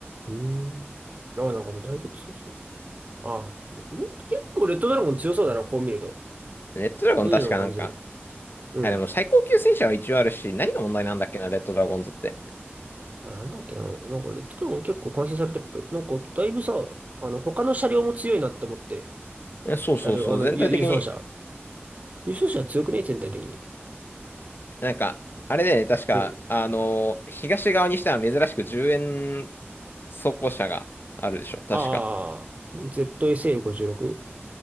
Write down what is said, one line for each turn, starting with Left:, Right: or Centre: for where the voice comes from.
Right: うん。あ、なんかだいぶ強そう。あ、うん結構レッドドラゴン強そうだな、こう見ると。
Left: レッドドラゴン確かなんか、
Right: どういうのを感じる。うん。
Left: あ、でも最高級戦車は一応あるし、何が問題なんだっけな、レッドドラゴンズって。
Right: あ、なんだっけな。なんかレッドドラゴン結構完成されてるっぽい。なんかだいぶさ、あの、他の車両も強いなって思って。
Left: いやそうそうそう、
Right: 車両、あの、
Left: 全体的に、
Right: 輸、輸送車。輸送車強くね、全体的に。
Left: なんか、あれだよね、確か、
Right: うん
Left: あのー東側にしては珍しく10円装甲車があるでしょ、確か。
Right: ああ、ZSL56?